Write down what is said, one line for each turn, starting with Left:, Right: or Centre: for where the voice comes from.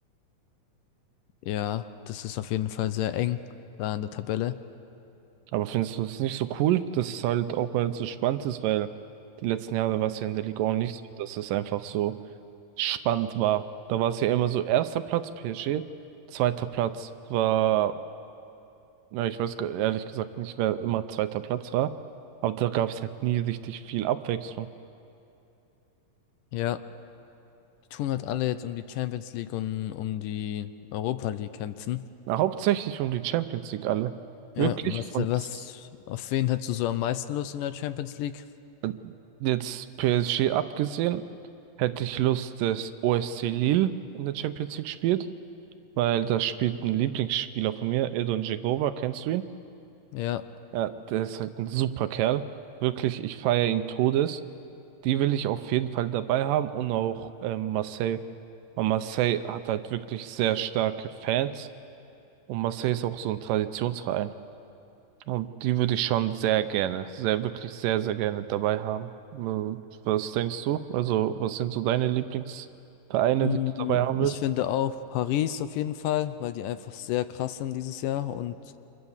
Left: Ja, das ist auf jeden Fall sehr eng da an der Tabelle.
Right: Aber findest du es nicht so cool, dass es halt auch mal so spannend ist, weil die letzten Jahre war es ja in der Liga auch nicht so, dass es einfach so spannend war. Da war es ja immer so erster Platz PSG, zweiter Platz war, na, ich weiß ge- ehrlich gesagt nicht, wer immer zweiter Platz war, aber da gab es halt nie richtig viel Abwechslung.
Left: Ja, die tun halt alle jetzt um die Champions League und um die Europa League kämpfen.
Right: Na, hauptsächlich um die Champions League alle.
Left: Ja,
Right: Wirklich
Left: was,
Right: von
Left: was,
Right: z-
Left: auf wen hättest du so am meisten Lust in der Champions League?
Right: äh, jetzt PSG abgesehen, hätte ich Lust, dass OSC Lille in der Champions League spielt. weil da spielt ein Lieblingsspieler von mir, Edon Dzeko, kennst du ihn?
Left: Ja,
Right: Ja, der ist halt ein super Kerl. Wirklich, ich feiere ihn Todes. Die will ich auf jeden Fall dabei haben und auch ähm, Marseille. Und Marseille hat halt wirklich sehr starke Fans und Marseille ist auch so ein Traditionsverein. Und die würde ich schon sehr gerne, sehr, wirklich sehr, sehr gerne dabei haben. Und Was denkst du? Also, was sind so deine Lieblingsvereine,
Left: mm,
Right: die du dabei haben willst?
Left: ich finde auch Paris auf jeden Fall, weil die einfach sehr krass sind dieses Jahr und